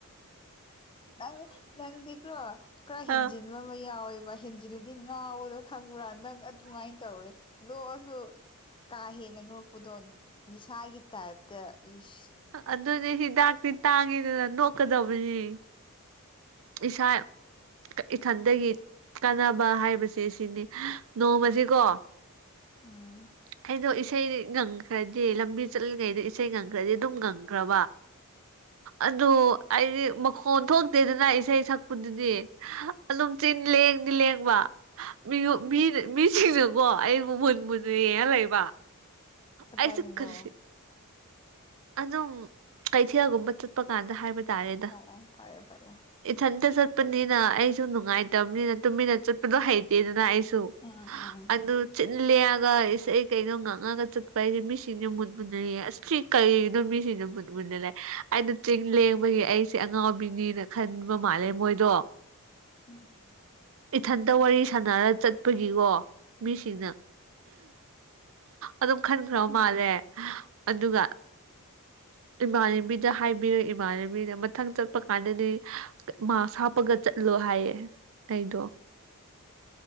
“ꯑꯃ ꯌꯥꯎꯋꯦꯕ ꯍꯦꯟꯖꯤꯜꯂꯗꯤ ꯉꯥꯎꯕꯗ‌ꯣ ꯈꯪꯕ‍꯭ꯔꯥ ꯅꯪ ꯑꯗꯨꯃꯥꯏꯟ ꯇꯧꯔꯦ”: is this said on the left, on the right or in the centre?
Left